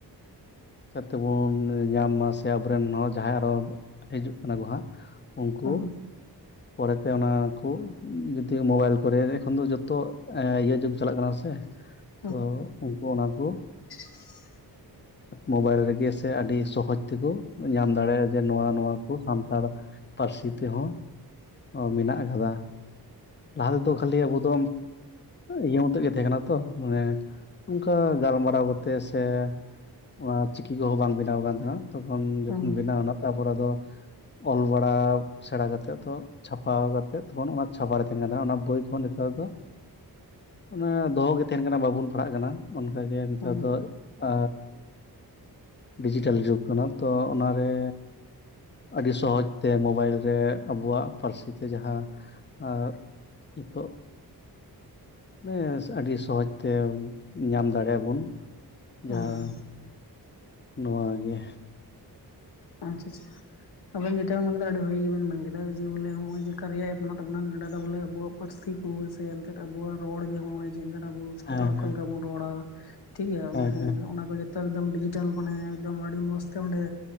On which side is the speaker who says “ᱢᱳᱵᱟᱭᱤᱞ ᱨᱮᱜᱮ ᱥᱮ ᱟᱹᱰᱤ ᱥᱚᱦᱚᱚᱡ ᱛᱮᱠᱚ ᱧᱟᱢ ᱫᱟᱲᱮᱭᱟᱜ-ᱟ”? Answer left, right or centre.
Left